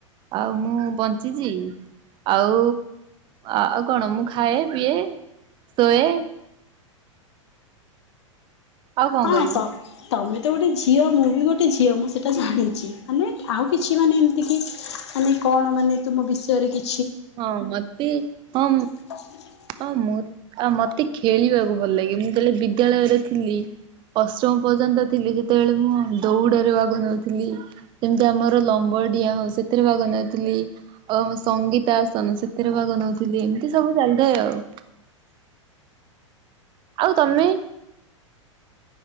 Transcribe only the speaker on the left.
ହଁ
ତ ତମେ ତ ଗୋଟେ ଝିଅ ମୁଁ ବି ଗୋଟେ ଝିଅ ମୁଁ ସେଟା ଜାଣିଛି ଆମେ ଆଉ କିଛି ମାନେ କି ଆମେ କଣ ମାନେ ତୁମ ବିଷୟରେ କିଛି
ହ